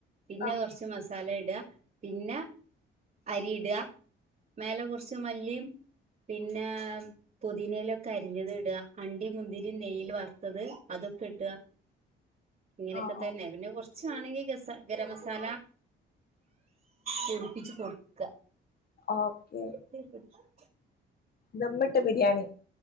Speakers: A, on the right (about 40°); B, on the left (about 50°).
A: പിന്നെ
B: ആഹ്
A: കൊറച്ച് മസാലെട പിന്ന അരിയിട മേലെ കൊറച്ച് മല്ലിയും പിന്നെ പുതിനേയിലൊക്കെ അരിഞ്ഞത്ട അണ്ടീം മുന്തിരീം നെയ്യില് വറുത്തത് അതൊക്കെ ഇട ഇങ്ങനെക്കെ
B: ആഹ്
A: തന്നെ പിന്നെകൊർ കുച്ച ആണെങ്കി ഗസ ഗരമസാല പൊടിപ്പിച്ച് കൊടുക്ക
B: ഓക്കെ
A: <unintelligible>
B: ദമ്മിട്ട ബിരിയാണി